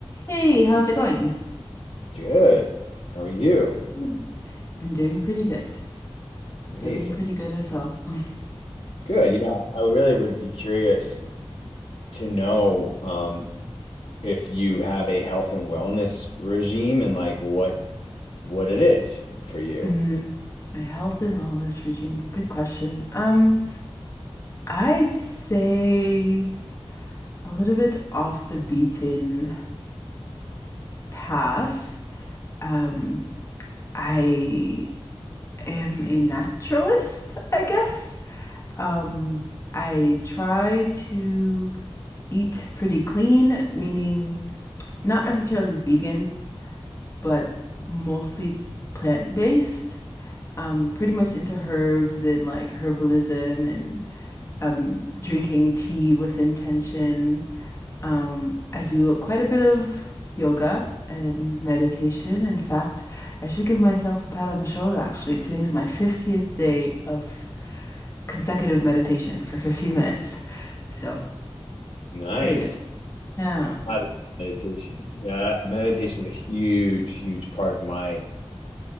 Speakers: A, on the left; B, on the left.
A: Hey, how's it going?
B: Good. How are you?
A: Mm. I'm doing pretty good.
B: Amazing.
A: Feeling pretty good as well. <laughs>
B: Good. You know, I really would be curious to know um, if you have a health and wellness regime and like what what it is for you.
A: Mm, my health and wellness routine. Good question. Um, I'd say a little bit off the beaten path. Um, I am a naturalist, I guess. Um, I try to eat pretty clean, meaning not necessarily vegan. but mostly plant-based. Um, pretty much into herbs and like herbalism and um, drinking tea with intention. Um, I do quite a bit of yoga and meditation. In fact, I should give myself a pat on the shoulder, actually. Today's my 50th day of consecutive meditation for 15 minutes. So,
B: Nice.
A: really good. Yeah.
B: I love meditation. Yeah, meditation is a huge, huge part of my